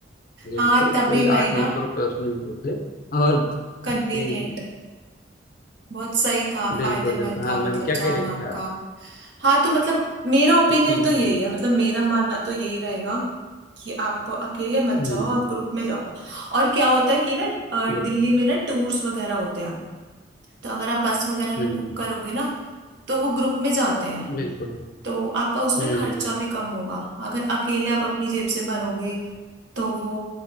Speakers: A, on the left; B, on the right.
A: लगे
B: हाँ
A: थे
B: तभी
A: वही
B: वही
A: आठ
B: ना
A: नौ सौ रुपये उसमें लिए थे और
B: कन्वीनियंट
A: जी जी,
B: बहुत सही था
A: बिल्कुल
B: फायदेमंद
A: बिल्कुल हाँ
B: था
A: मैम
B: मतलब
A: क्या
B: जान
A: कह रहे
B: आपका
A: थे आप
B: हाँ तो मतलब मेरा ओपिनियन
A: जी
B: तो यही
A: जी
B: है मतलब मेरा मानना तो यही रहेगा कि आप अकेले मत
A: हम्म
B: जाओ आप ग्रुप में जाओ और क्या होता है कि ना अ,
A: बिल्कुल
B: दिल्ली में ना टूर्स वगैरह होते हैं तो अगर आप बस वगैरह भी
A: हम्म
B: बुक करोगे ना तो वो ग्रुप में जाते हैं
A: बिल्कुल
B: तो आपका उसमें
A: हम्म
B: खर्चा भी कम होगा अगर अकेले आप अपनी जेब से भरोगे तो वो